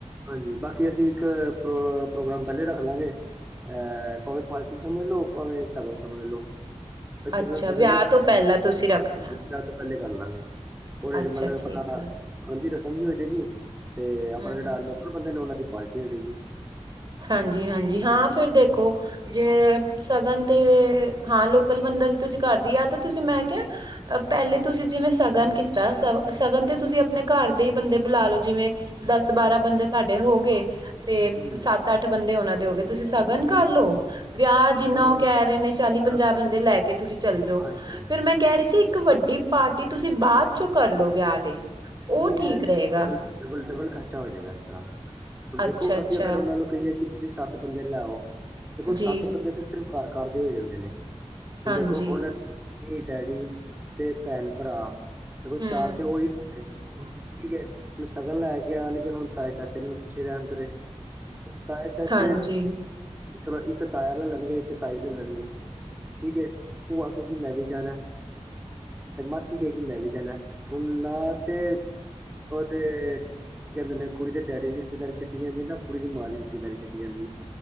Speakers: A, on the right; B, on the right.
A: ਹਾਂਜੀ ਬਾਕੀ ਅਸੀਂ ਇੱਕ ਪ੍ਰੋਗਰਾਮ ਪਹਿਲੇ ਰੱਖ ਲਵਾਂਗੇ। ਅ ਭਾਵੇਂ ਪਾਰਟੀ ਸਮਝ ਲਓ ਭਾਵੇਂ ਸਗਨ ਸਮਝ ਲਓ। ਕਿਨੇ
B: ਅੱਛਾ
A: ਸ਼ਗਨ
B: ਵਿਆਹ
A: ਇੱਕ
B: ਤੋਂ ਪਹਿਲਾਂ ਤੁਸੀਂ ਰੱਖਣਾ
A: ਵਿਹਾਅ ਤੋ ਪਹਿਲੇ ਕਰ ਲਵਾਂਗੇ। ਉਹਦੇ
B: ਅੱਛਾ
A: ਮਤਲਬ
B: ਠੀਕ
A: ਆਪਣਾ
B: ਆ
A: ਗਾਣੇ ਦੀ ਰਸਮ ਵੀ ਹੋ ਜਾਏਗੀ ਤੇ ਆਪਣਾ
B: ਹਮ
A: ਜਿਹੜਾ ਆਲੂ। ਕੁਜ ਬੰਦੇ ਨੇ ਉਹਨਾਂ ਦੀ ਪਾਰਟੀ ਹੋ ਜਾਏਗੀ।
B: ਹਾਂਜੀ ਹਾਂਜੀ ਹਾਂ ਫਿਰ ਦੇਖੋ। ਜਿਵੇਂ, ਸਗਨ ਤੇ ਹਾਂ ਲੋਕਲ ਬੰਦਾ ਤੁਸੀਂ ਘਰ ਦੀ ਆ ਮੈਂ ਕਿਹਾ। ਅ ਪਹਿਲੇ ਤੁਸੀਂ ਜਿਵੇਂ ਸਗਨ ਕੀਤਾ ਸੀ ਤੇ ਸਗਨ ਤੇ ਤੁਸੀਂ ਆਪਣੇ। ਘਰ ਦੇ ਬੰਦੇ ਬੁਲਾ ਲੋ ਜਿਵੇਂ ਦਸ ਬਾਰਾਂ ਬੰਦੇ ਤੁਹਾਡੇ ਹੋ ਗਏ। ਤੇ
A: ਹੂੰ
B: ਸੱਤ ਅੱਠ ਬੰਦੇ ਉਹਨਾਂ ਦੇ ਹੋ ਗਏ ਤੁਸੀਂ ਸਗਨ ਕਰ ਲਓ ਵਿਆਹ।
A: ਨਹੀਂ,
B: ਜਿੰਨਾ ਉਹ ਕਹਿ ਰਹੇ ਨੇ ਚਾਲੀ
A: ਤਾਂ-
B: ਪੰਜਾਹ ਬੰਦੇ ਲੈ ਕੇ ਤੁਸੀਂ ਚਲੇ ਜਾਓ
A: ਹਾਂਜੀ ਹਾਂਜੀ
B: ਫੇਰ ਮੈਂ ਕਹਿ ਰਹੀ ਸੀ ਇੱਕ ਵੱਡੀ। ਪਾਰਟੀ ਤੁਸੀਂ ਬਾਅਦ ਚੋਂ ਕਰ ਲਓ ਵਿਆਹ ਦੇ। ਉਹ
A: ਨਹੀਂ
B: ਠੀਕ
A: ਯਾਰ
B: ਰਹੇਗਾ
A: ਡਬਲ ਡਬਲ ਖਰਚਾ ਹੋ ਜਾਏਗਾ ਇਸ ਤਰਾਂ ਹੁਣ
B: ਅੱਛਾ-ਅੱਛਾ
A: ਦੇਖੋ ਅਸੀਂ ਅਗਰ ਉਹਨਾਂ। ਉਹਨਾ ਨੂੰ ਕਹੀਏ ਕਿ ਤੁਸੀਂ ਸੱਤ ਬੰਦੇ ਲਿਆਓ ਦੇਖੋ
B: ਜੀ
A: ਸੱਤ ਬੰਦੇ ਦੇ। ਸਿਰਫ ਘਰ ਘਰ ਦੇ ਹੋ ਜਾਂਦੇ ਨੇ ਹੁਣ
B: ਹਾਂਜੀ
A: ਦੇਖੋ ਉਹਨੇ। ਡੈਡੀ ਤੇ ਭੈਣ ਭਰਾ ਦੇਖੋ
B: ਹੂੰ
A: ਚਾਰ ਤੇ ਉਹੀ। ਹੁੰਦੇ
B: <inaudible>
A: ਠੀਕ ਏ। ਹੁਣ ਸ਼ਗਨ ਲੈ ਕੇ ਆਉਣਗੇ ਹੁਣ ਤਾਏ ਚਾਚੇ ਨੂ। ਚਿਰਾਂਦਰੇ ਤਾਏ ਚਾਚੇ।
B: ਹਾਂਜੀ,
A: ਚਲੋ ਇੱਕ ਤਾਇਆ ਲੈ ਲੈਣਗੇ ਇੱਕ ਤਾਈ ਲੈ ਲੈਣਗੇ ਠੀਕ ਹੈ ਭੁਆ ਕਹਿੰਦੇ ਮੈਂ ਵੀ ਜਾਣਾ। ਤੇ ਮਾਸੀ ਕਏਗੀ ਮੈਂ ਵੀ ਜਾਣਾ ਹੁਣ ਨਾ ਤੇ ਉਹਦੇ। ਕੀ ਕਹਿੰਦੇ ਨੇ ਕੁੜੀ ਦੇ ਡੈਡੀ ਦੀ ਰਿਸ਼ਤੇਦਾਰੀ ਛੱਡੀ ਜਾਂਦੀ ਨਾ ਕੁੜੀ ਦੀ ਮਾਂ ਦੀ ਰਿਸ਼ਤੇਦਾਰੀ ਛੱਡੀ ਜਾਂਦੀ ਹੈ।